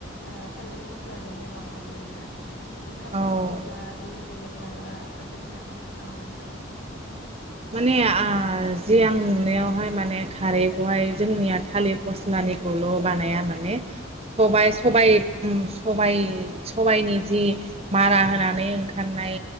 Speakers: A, on the left; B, on the right.
A: ओ थालिर फस्लाजोंनो माबायो आरो ना। नोंथांमोननिखि
B: औ
A: बा बेलेग बेलेग मायबाफोर दोङो नामा खोन्थाहरबानो जाबाय।
B: माने आ जि आं नुनायावहाय माने खारैखौहाय जोंनिया थालिर फस्लानिखौल' बानाया माने। सबाय,
A: औ
B: सबाय उम सबाय सबायनि जि मारा होनानै ओंखारनाय